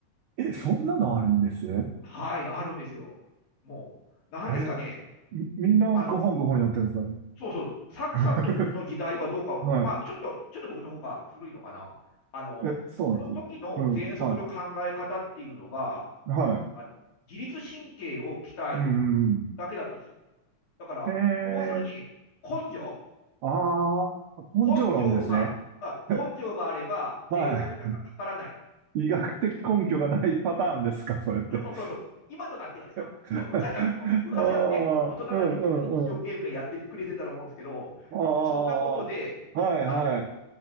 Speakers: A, on the right; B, on the left.
A: い。え、そんなのあるんですね
B: はい、あるんですよ。もう、なんですかね、
A: へえ。み、みんなご本ご本やってるんですか
B: あの、そうそう、サックさんとの時代はどうか、
A: ね。<laughs> はい。
B: まあ、ちょっと、ちょっと僕の方が古いのかな。あの、
A: え、そうなんですよ。
B: その時の喘息の考え方っていうのが、
A: うん、はい。は
B: あ自律神経を鍛える
A: い。うんうん
B: だけだったんですよ。だから、
A: うん。へ
B: 要するに、
A: え、
B: 根性、
A: ああ、根性論ですね。
B: 根性が、あ、
A: <laughs>
B: 根性があれば、
A: は
B: 喘息なんかかからない。
A: い。医学的根拠がないパターンですか、それって。
B: そうそうそうそう。今となってはですよ。
A: <laughs>
B: その昔は、もう昔はね、
A: ああ、
B: 大人たちもそれで一生懸命やってくれてたと思うんですけど、
A: うんうんうん。ああ、
B: そんなことで、
A: はいはい。
B: あの、